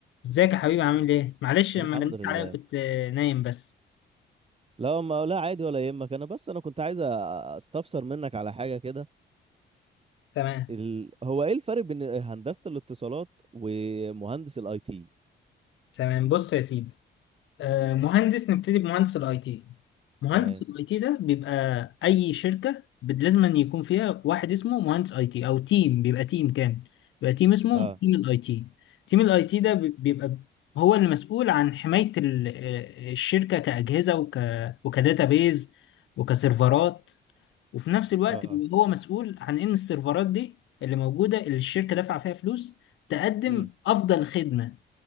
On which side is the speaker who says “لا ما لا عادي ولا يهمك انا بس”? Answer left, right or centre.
Right